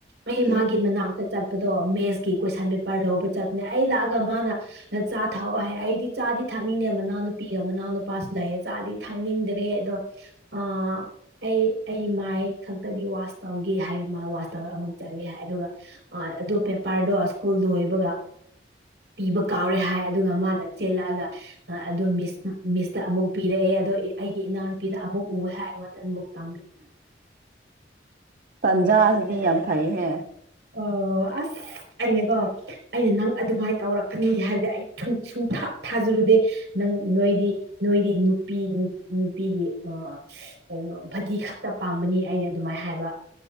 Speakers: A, on the right; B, on the right.
A: ꯑꯩ
B: ꯎꯝ
A: ꯃꯥꯒꯤ ꯃꯅꯥꯛꯇ ꯆꯠꯄꯗꯣ ꯃꯦꯠꯁꯀꯤ ꯀꯣꯏꯁꯟ ꯄꯦꯄꯔ ꯂꯧꯕ ꯆꯠꯄꯅꯦ ꯑꯩ ꯂꯥꯛꯑꯒ ꯃꯥꯅ ꯆꯥ ꯊꯥꯛꯑꯣ ꯍꯥꯏ ꯑꯩꯗꯤ ꯆꯥꯗꯤ ꯊꯛꯅꯤꯡꯗꯦ ꯃꯅꯥꯎ ꯅꯨꯄꯤꯒ ꯃꯅꯥꯎ ꯅꯨꯄꯥꯁꯨ ꯂꯩꯑꯦ ꯆꯥꯗꯤ ꯊꯛꯅꯤꯡꯗ‌ꯦ ꯔ‌‌ꯦ ꯑꯗꯣ ꯑꯥ ꯑꯩ ꯑꯩ ꯃꯥꯏ ꯈꯛꯇꯒꯤ ꯋꯥꯁ ꯇꯧꯒꯦ ꯍꯥꯏꯔ ꯃꯥ ꯋꯥꯁ ꯇꯧꯔ ꯑꯃꯨꯛ ꯆꯠꯂꯦ ꯍꯥꯏ ꯑꯗꯨꯒ ꯑ ꯑꯗꯨ ꯄꯦꯄꯔꯗꯣ ꯁ꯭ꯀꯨꯜ ꯂꯣꯏꯕꯒ ꯄꯤꯕ ꯀꯥꯎꯔꯦ ꯍꯥꯏ ꯑꯗꯨꯒ ꯃꯥꯅ ꯆꯦꯜꯂꯛꯑꯒ ꯑꯗꯣ ꯃꯤꯁ ꯃꯤꯁꯇ ꯑꯃꯨꯛ ꯄꯤꯔꯛꯑꯦ ꯑꯗꯣ ꯑꯩꯒꯤ ꯏꯅꯥꯎꯅꯨꯄꯤꯅ ꯑꯃꯨꯛ ꯎꯋꯦ ꯍꯥꯏ ꯑꯩꯉꯣꯟꯗ ꯑꯃꯨꯛ ꯇꯝꯃꯦ
B: ꯇꯟꯖꯥꯥꯁꯤꯗꯤ ꯌꯥꯝ ꯐꯩꯍꯦ
A: ꯑꯣ ꯑꯁ ꯑꯩꯅꯀꯣ ꯑꯩꯅ ꯅꯪ ꯑꯗꯨꯃꯥꯏꯅ ꯇꯧꯔꯛꯀꯅꯤ ꯍꯥꯏꯕꯗꯤ ꯑꯩ ꯁ ꯁꯨꯡꯊꯥ ꯊꯥꯖꯔꯨꯗꯦ ꯅꯪ ꯅꯣꯏꯗꯤ ꯅꯣꯏꯗꯤ ꯅꯨꯄꯤ ꯅꯨꯄꯤꯒꯤ ꯑ ꯀꯩꯅꯣ ꯕꯗꯤ ꯈꯛꯇ ꯄꯥꯝꯕꯅꯤ ꯑꯩꯅ ꯑꯗꯨꯃꯥꯏꯅ ꯍꯥꯏꯕ